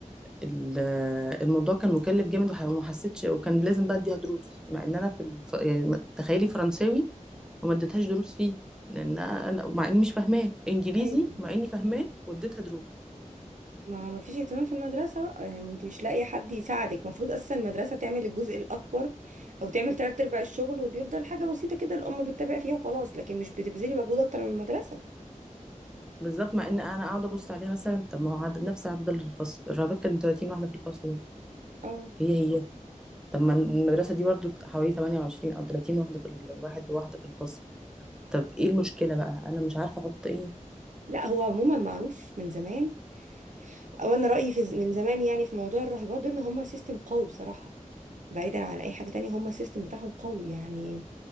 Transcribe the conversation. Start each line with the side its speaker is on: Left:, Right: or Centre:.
Centre: ال- آه، الموضوع كان مكلف جامد وح- وما حسيتش وكان لازم بقى أديها دروس مع إن أنا في الف... يعني تخيلي فرنساوي وما اديتهاش دروس فيه لأن أنا مع إني مش فاهماه إنجليزي
Right: ايوه
Centre: مع إني فاهماه واديتها دروس
Right: ما ما فيش اهتمام في المدرسة بقى يعني انت مش لاقي حد يساعدك المفروض اصلا المدرسة تعمل الجزء الاكبر او تعمل تلات ارباع الشغل وبيفضل حاجة بسيطة كده الام بتتابع فيها وخلاص لكن مش بتبذلي مجهود اكتر من المدرسة
Centre: بالظبط مع إن أنا قاعدة أبص عليها مثلا طب ما هو عدد نفس عدد الفصل الرهبات كانت 30 واحدة في الفصل برضه
Right: او
Centre: هي هي طب ما المدرسة دي برضو حوالي 28 أو 30 واحدة في الواحد وواحدة في الفصل طب ايه المشكلة بقى أنا مش عارفة أحط ايه
Right: لا هو عموما معروف من زمان او انا رأيي في ز- من زمان يعني في موضوع الراهبات ده ان هم سيستم قوي بصراحة بعيدا عن اي حاجة تانية هم السيستم بتاعهم قوي يعني